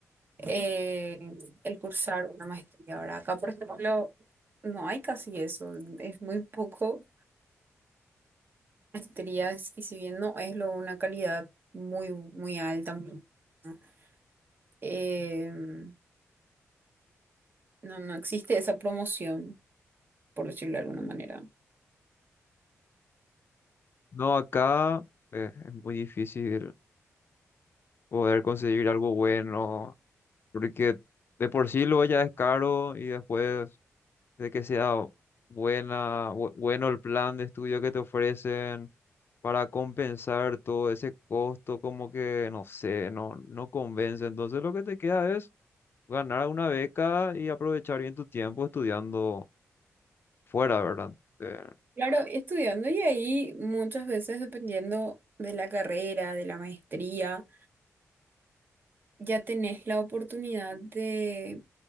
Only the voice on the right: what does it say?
eh, el cursar una maestría. Ahora, acá, por ejemplo, no hay casi eso, es muy poco maestrías y si bien no es lo, una calidad muy, muy alta, muy buena, em, no, no existe esa promoción, por decirlo de alguna manera.
Claro, estudiando y ahí muchas veces dependiendo de la carrera, de la maestría, ya tenés la oportunidad de,